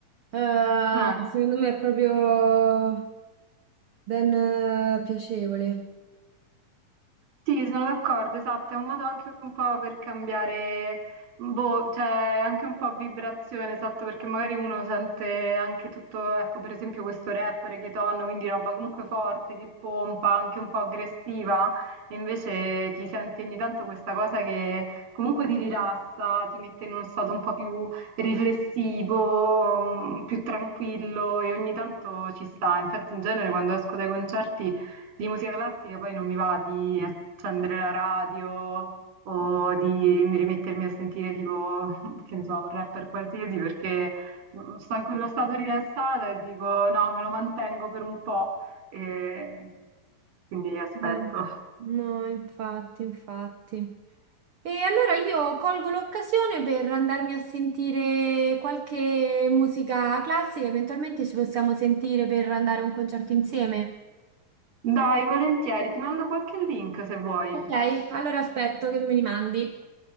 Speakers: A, on the right; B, on the right.
A: Eh,
B: eh.
A: secondo me è proprio Ben eh, piacevole.
B: Sì, sono d'accordo, esatto, è un modo anche un po' per cambiare, boh, cioè anche un po' vibrazione, esatto, perché magari uno sente anche tutto, ecco, per esempio questo rapper, Keton, quindi roba comunque forte, che pompa, anche un po' aggressiva, e invece ti senti ogni tanto questa cosa che comunque ti rilassa, ti mette in uno stato un po' più riflessivo, mm, più tranquillo, e ogni tanto ci sta. Infatti in genere quando esco dai concerti... Di musica classica poi non mi va di accendere la radio o di rimettermi a sentire tipo, <laughs> che ne so, un rapper qualsiasi perché mm, sto in quello stato rilassata e dico no, me lo mantengo per un po' e quindi aspetto.
A: eh, No, infatti, infatti. E allora io colgo l'occasione per andarmi a sentire qualche musica classica, eventualmente ci possiamo sentire per andare a un concerto insieme.
B: Dai, volentieri, ti mando qualche link se vuoi.
A: Ok, allora aspetto che me li mandi.